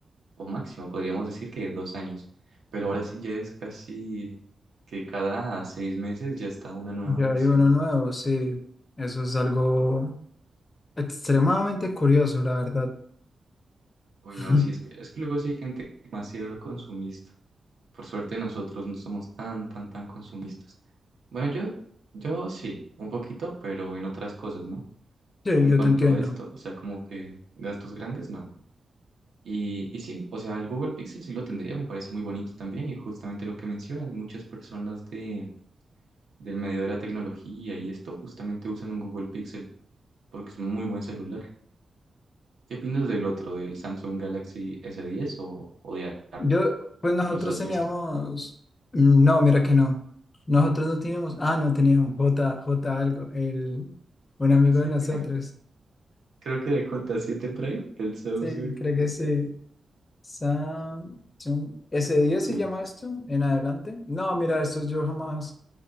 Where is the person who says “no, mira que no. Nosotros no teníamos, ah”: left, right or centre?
Left